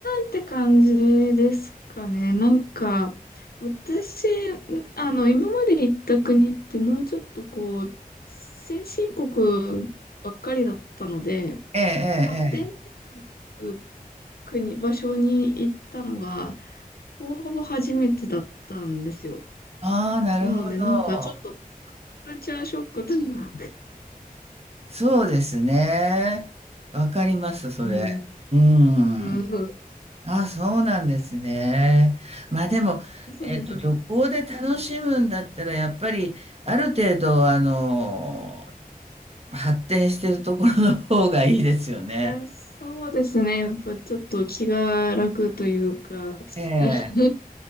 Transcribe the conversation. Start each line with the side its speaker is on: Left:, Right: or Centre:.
Left: って感じですかね。なんか、私、んあの、今まで行った国ってもうちょっとこう、先進国ばっかりだったので、
Right: ええ、ええ、
Left: 発展途上っていう
Right: ええ。
Left: 国、場所に行ったのが、ほぼほぼ初めてだったんですよ。
Right: ああ、なるほど。
Left: なので、なんかちょっとカカルチャーショックというか、
Right: そうですね。わかります、それ。
Left: うん、
Right: うん。
Left: うん、
Right: ああ、そうなんですね。まあでも、
Left: そうそう。
Right: えっと、旅行で楽しむんだったら、やっぱり、ある程度、あの、発展してるところの方がいいですよね。
Left: やー、そうですね。やっぱちょっと気が楽というか、
Right: ええ、
Left: <laughs>